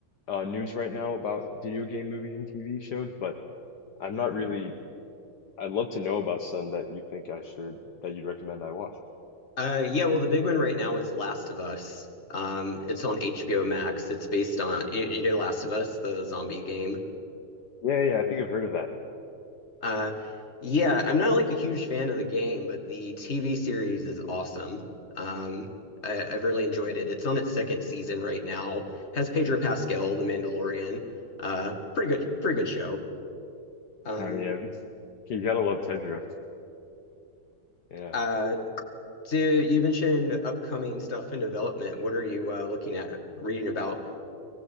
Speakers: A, on the left; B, on the left.
A: uh news right now about video game movies and TV shows, but I'm not really I'd love to know about some that you think I should that you'd recommend I watch.
B: Uh, yeah, well, the big one right now is Last of Us. Um, it's on HBO Max. It's based on you, you know Last of Us, the zombie game.
A: Yeah, yeah, I think I've heard of that.
B: Uh, yeah, I'm not like a huge fan of the game, but the TV series is awesome. Um, I, I've really enjoyed it. It's on its second season right now. Has Pedro Pascal, the Mandalorian. Uh, pretty good, pretty good show. Um.
A: I mean, I've, <laughs> you gotta love Tedra. Yeah.
B: Uh. so You mentioned upcoming stuff in development. What are you uh, looking at reading about?